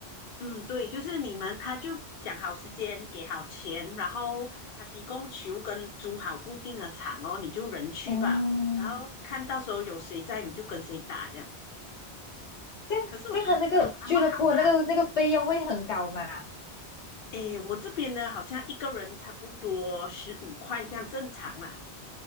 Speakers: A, on the left (about 60°); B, on the left (about 85°).
A: 嗯，对，就是你们，他就讲好时间，给好钱，然后他提供球跟租好固定的场哦，你就人去吧，
B: 哦，
A: 然后看到时候有谁在，你就跟谁打这样。
B: 这样这样，
A: 可是我觉得没有那么好啦，
B: 他那个俱乐部的那个那个费用会很高嘛？
A: 诶，我这边呢，好像一个人差不多十五块这样正常啦，